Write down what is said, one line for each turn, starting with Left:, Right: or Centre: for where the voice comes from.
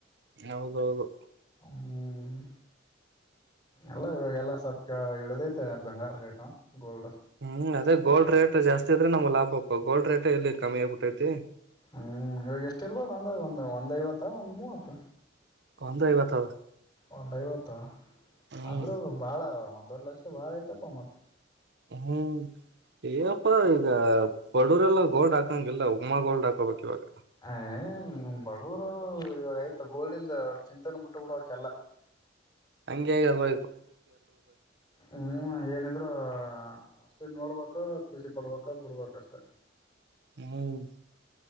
Right: ಹೌದೌದು
Left: ಹ್ಮ್ ಎಲ್ಲ ಇವಾಗ ಎಲ್ಲಾ ಸಪ್ ಇಳಿದಿದ್ ಎಷ್ಟು ಬಂಗಾರ ರೇಟು ಗೋಲ್ಡ್
Right: ಹ್ಮ್ ಅದೇ ಗೋಲ್ಡ್ ರೇಟ್ ಜಾಸ್ತಿ ಇದ್ರೆ ನಮ್ಗ್ ಲಾಭಪ್ಪ ಗೋಲ್ಡ್ ರೇಟ್ ಎಲ್ಲಿ ಕಮ್ಮಿ ಆಗ್ಬೇಟ್ ಐತಿ
Left: ಹ್ಮ್ ಇವಾಗ ಎಷ್ಟ ಇರ್ಬೋದಂದಾಜ್ ಒಂದ ಒಂದ್ ಐವತ್ತ ಒಂದ್ ಮೂವತ್ತ
Right: ಒಂದು ಐವತ್ತಾಗುತ್ತೆ
Left: ಒಂದೈವತ್ತು
Right: ಹ್ಮ್
Left: ಅಂದ್ರು ಬಾಳ ವ್ ವರ್ಲಕ್ಷ ಭಾಳ ಐತಪ್ಪ ಮತ್
Right: ಹ್ಮ್ ಈಗಪ ಇದಾ ಬಡುವ್ರೆಲ್ಲ ಗೋಲ್ಡ್ ಹಾಕಂಗಿಲ್ಲ ಉಮಾ ಗೋಲ್ಡ್ ಹಾಕೋಬೇಕಿವಾಗ
Left: ಏ ಬಡವರು ಇವಾಗ ಆಯ್ತ ಗೋಲ್ಡಿಂದ ಚಿಂತೇನೆ ಬಿಟ್ಟು ಬಿಡಬೇಕೆಲ್ಲ
Right: ಹಂಗೆ ಈಗ ಇರೋವೋ
Left: ಹ್ಮ ಏನಿದ್ರು ಅಷ್ಟೇ ನೋಡ್ಬೇಕ ಖುಷಿ ಪಡ್ಬೇಕ ಬಿಡ್ಬೇಕಷ್ಟೆ
Right: ಹ್ಮ್